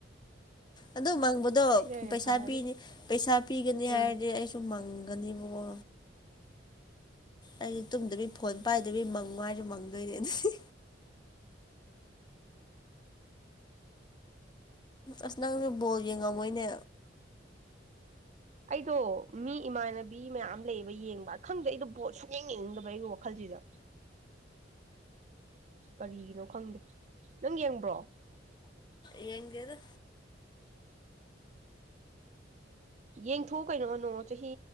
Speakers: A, on the left (about 25°); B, on the right (about 40°).
A: ꯑꯗꯨ ꯃꯪꯕꯗ ꯑꯗꯣ
B: ꯁꯤꯅ ꯍꯦꯟꯅ
A: ꯄꯩꯁꯥ
B: ꯐꯔꯅꯤ
A: ꯄꯤꯅꯤ ꯄꯩꯁꯥ ꯄꯤꯒꯅꯤ
B: ꯎꯝ
A: ꯍꯥꯏꯔꯗꯤ ꯑꯩꯁꯨ ꯃꯪꯒꯅꯦꯕꯀꯣ ꯑꯩꯗꯤ ꯇꯨꯝꯗꯕꯤ ꯐꯣꯟ ꯄꯥꯏꯗꯕꯤ ꯃꯪꯉꯨ ꯍꯥꯏꯁꯨ ꯃꯪꯗꯣꯏꯅꯦ ꯑꯗꯨꯗꯤ ꯑꯁ ꯅꯪꯁ ꯕꯣꯜ ꯌꯦꯡꯉꯝꯃꯣꯏꯅꯦ
B: ꯑꯩꯗꯣ ꯃꯤ ꯏꯃꯥꯟꯅꯕꯤ ꯃꯌꯥꯝ ꯂꯩꯌꯦꯕ ꯌꯦꯡꯕ ꯈꯪꯗ ꯑꯩꯗꯣ ꯄꯕꯣꯠ ꯁꯨꯡꯛꯌꯦꯡ ꯌꯦꯡꯅꯤꯡꯗꯕ ꯑꯩꯒꯤ ꯋꯥꯈꯜꯁꯤꯗ ꯀꯔꯤꯒꯤꯅꯣ ꯈꯪꯗꯦ ꯅꯪ ꯌꯦꯡꯕ꯭ꯔꯣ
A: ꯌꯦꯉ ꯑꯗꯨ
B: ꯌꯦꯡꯊꯣꯛꯎ ꯀꯩꯅꯣ ꯀꯅꯨ ꯆꯍꯤ